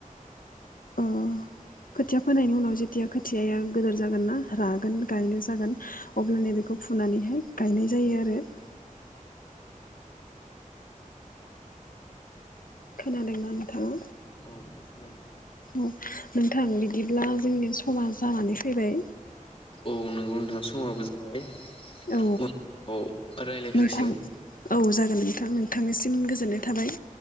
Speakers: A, on the left (about 40°); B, on the left (about 90°).
A: <inaudible>
B: ओ खोथिया फोनायनि उनाव जेथिया खोथियाया गोदोर जागोन ना रागोन गायनो जागोन अब्लानो
A: औ
B: बेखौ फुनानैहाय गायनाय जायो आरो <inaudible> खोनादोंना नोंथांङा?
A: औ खोनादों।
B: औ नोंथां बिदिब्ला जोंनि समा जानानै फैबाय
A: औ नोंगौ नोंथां समाबो जाबाय
B: औ
A: उनफोराव रायज्लायफिनसिगोन
B: नोंथां औ जागोन नोंथां आं नोंथांनिसिम गोजोननाय थाबाय